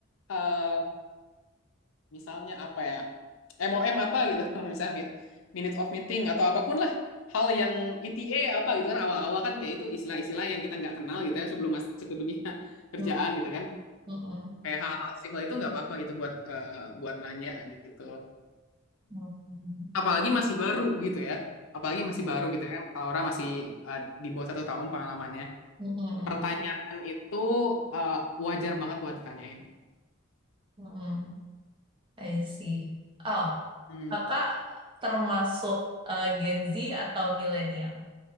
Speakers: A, on the left; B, on the right.
A: eh, misalnya apa ya MOM apa gitu <laughs> misalnya mi- minute of meeting atau apapun lah hal yang ETA apa gitu kan awal-awal kan kayak itu istilah-istilah yang kita nggak kenal gitu ya sebelum masuk ke dunia <laughs> kerjaan
B: Mm-mm.
A: gitu kan
B: Mm-mm.
A: kayak hal-hal simpel itu nggak apa-apa gitu buat eh, buat nanya gitu
B: Mm-mm.
A: apalagi masih baru gitu ya apalagi masih baru gitu kan kalau orang masih eh, di bawah satu tahun pengalamannya
B: Mm-mm.
A: pertanyaan itu eh, wajar banget buat ditanyain
B: Mm-mm. I see. Oh,
A: hmm.
B: kakak termasuk eh, Gen Z atau milenial?